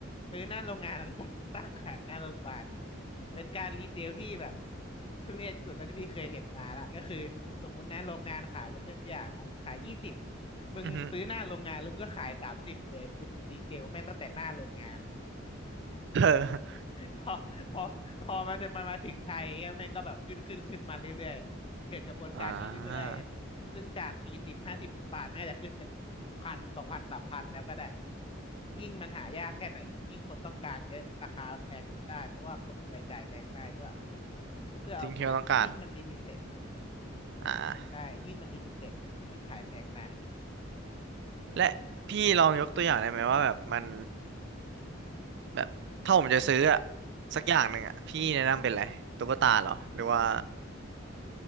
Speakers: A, on the left; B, on the right.
A: ซื้อหน้าโรงงานแล้วก็ <laughs> ตั้งตั้งขายหน้าโรงพยาบาลเป็นการรีเซลที่แบบ <laughs> ทุเรศที่สุดเท่าที่พี่เคยเห็นมาละก็คือสมมุตินะโรงงานขายยกตัวอย่างเนาะขายยี่สิบมึงซื้อหน้าโรงงานแล้วมึงก็ขายสามสิบเลยคือมึงรีเซลแม่งตั้งแต่หน้าโรงงาน
B: อือฮึ <laughs> เออ
A: พอพอพอมันมันมาถึงไทยก็แม่งก็แบบขึ้นขึ้นขึ้นมาเรื่อยๆเกิดกระบวนการนี้เรื่อยๆซึ่งจากสี่สิบห้าสิบบาทแม่งอาจจะขึ้นเป็น
B: อ่า
A: พันสองพันสามพันแล้วก็ได้ยิ่งมันหายากแค่ไหนยิ่งคนต้องการเยอะราคามันแพงได้เพราะว่าคนรวยจ่ายแพงได้เพื่อเพื่อเอามายิ่งมันลิมิเต็ด
B: สิ่งที่เราต้องการอ่า
A: ใช่ยิ่งมันลิมิเต็ดมันยิ่งขายแพงได้
B: และพี่ลองยกตัวอย่างได้ไหมว่าแบบมันแบบถ้าผมจะซื้ออะสักอย่างหนึ่งอะพี่แนะนำเป็นอะไรตุ๊กตาเหรอหรือว่า